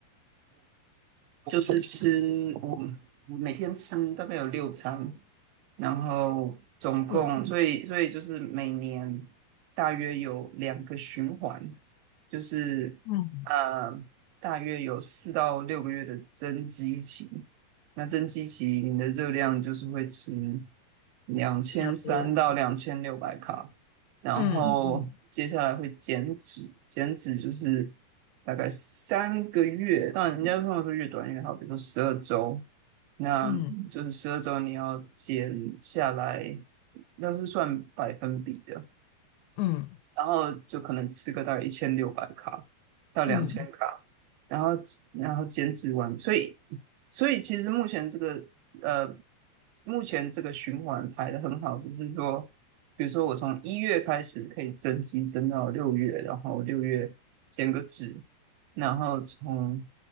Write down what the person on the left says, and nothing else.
嗯
嗯，
比较多。
嗯嗯
嗯
嗯。
嗯